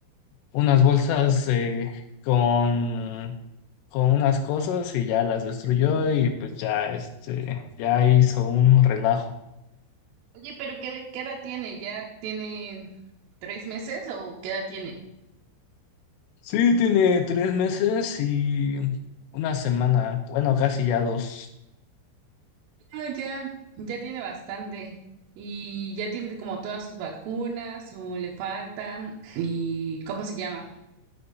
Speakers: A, on the left; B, on the right.
A: unas bolsas eh, con, con unas cosas y ya las destruyó y pues ya, este, ya hizo un relajo.
B: Oye, pero ¿qué, qué edad tiene? ¿Ya tiene tres meses o qué edad tiene?
A: Sí, tiene tres meses y una semana, bueno, casi ya dos.
B: Ah, ya, ya tiene bastante y ya tiene como todas sus vacunas o le faltan y ¿cómo se llama?